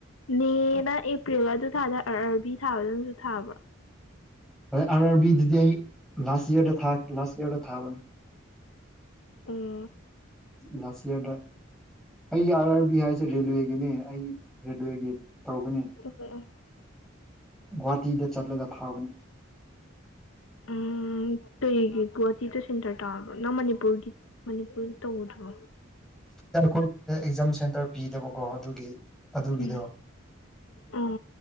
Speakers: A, on the left; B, in the centre.
A: ꯃꯦꯅ ꯑꯦꯄ꯭ꯔꯤꯜ ꯑꯗꯨ ꯊꯥꯗ꯭ꯔ ꯑꯔꯥꯕꯤ ꯊꯥꯕꯗꯅꯁꯨ ꯊꯥꯕ꯭ꯔꯣ
B: ꯍ ꯑꯥꯔ ꯑꯥꯔ ꯕꯤꯗꯨꯗꯤ ꯑꯩ ꯂꯥꯁ ꯏꯔꯗ ꯂꯥꯁ ꯏꯔꯗ ꯊꯥꯕꯅꯤ
A: ꯑ
B: ꯂꯁꯤꯗ ꯑꯩꯒꯤ ꯑꯥꯔ ꯑꯥꯔ ꯕꯤ ꯍꯥꯏꯁꯦ ꯔꯦꯜꯋꯦꯒꯤꯅꯤ ꯑꯩ ꯔꯦꯜꯋꯦꯒꯤ ꯇꯧꯕꯅꯤ
A: ꯎꯝ ꯎꯝ
B: ꯒꯨꯍꯥꯇꯤꯗ ꯆꯠꯂꯒ ꯊꯥꯕꯅꯤ
A: ꯎꯝ ꯀꯩꯒꯤꯒꯨꯋꯥꯍꯇꯤ ꯇ ꯁꯦꯟꯇꯔ ꯇꯥꯕ‍꯭ꯔꯣ ꯅꯪ ꯃꯅꯤꯄꯨꯔꯒꯤ ꯃꯅꯤꯄꯨꯔꯗ ꯇꯧꯗ꯭ꯔꯣ
B: ꯑꯩꯈꯣꯏ ꯑꯦꯛꯖꯥꯝ ꯁꯦꯟꯇꯔ ꯄꯤꯗꯕꯀꯣ ꯑꯗꯨꯒꯤ ꯑꯗꯨꯒꯤꯗꯣ
A: ꯎꯝ ꯑꯣ